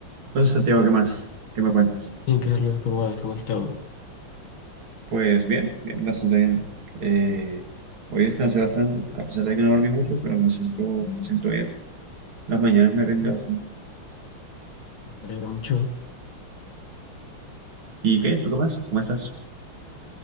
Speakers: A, on the right; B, on the left.
A: Entonces, Santiago, ¿qué más? ¿Qué me cuentas?
B: Bien, Carlos, ¿cómo vas? ¿Cómo has estado?
A: Pues bien, bien, bastante bien. Eh, hoy descansé bastante, a pesar de que no dormí mucho, pero me siento,
B: Mm.
A: me siento bien. Las mañanas me rinde
B: Eh,
A: bastante.
B: Me alegra mucho.
A: ¿Y qué? ¿Tú qué más? ¿Cómo estás?